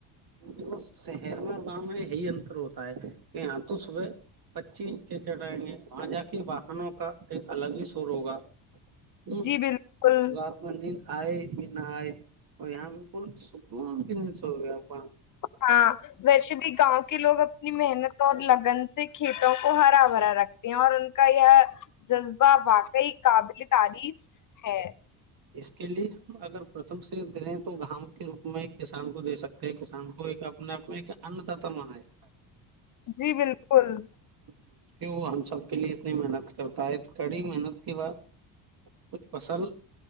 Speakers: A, on the right; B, on the left.
A: دیک شہر میں اور گاؤں میں یہی انتر ہوتا ہے کہ یہاں تو صبح پچی نچے چڑھائیں گے وہاں جا کے واہنوں کا ایک الگ ہی سور ہوگا <inaudible> ہ
B: جی بالکل
A: رپ مندر آئے بھی نہ آئے اور یہاں بالکل سکون سو گ
B: ہاں ویسے بھی گاؤں کے لوگ اپنی محنت تو لگن سے کھیتوں کو ہرا بھرا رکھتے ہیں اور ان کا یہ جذبہ واقعی قابل تعریف ہے
A: اس کے لیے اگر پرتم سے دیں تو گام کے روپ میں کسان کو دے سکتے ہیں کسان کو ایک اپنے آپ میں ایک انداتا مانا جاتا ہے
B: جی بالکل کل
A: کی وہ ہم سب کے لیے اتنی محنت کرتا ہے کڑی محنت کے بعد کچھ فصل